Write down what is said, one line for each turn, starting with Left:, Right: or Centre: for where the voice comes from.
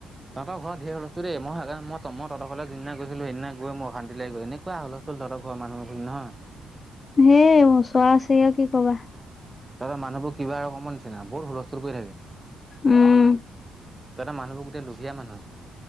Right: তহঁতৰ ঘৰত দেই মই সেইকাৰণে মই মই তহঁতৰ ঘৰলৈ যিদিনা গৈছিলোঁ সেইদিনা গৈ মোৰ অশান্তিল লাগি গৈছে। এনেকুৱ হুলষ্টোল তহঁতৰ ঘৰৰ মানুহবোৰ নহয়।
Left: সেই ওচৰা-ওচৰি আৰু কি কবা।
Right: তহঁতৰ ঘৰৰ মানুহবোৰ কিবা ৰকমৰ নিচিনা বহুত হুলস্থুল কৰি থাকে।
Left: উম
Right: তাতে মানুহবোৰ গোটেই লোভীয়া মানুহ।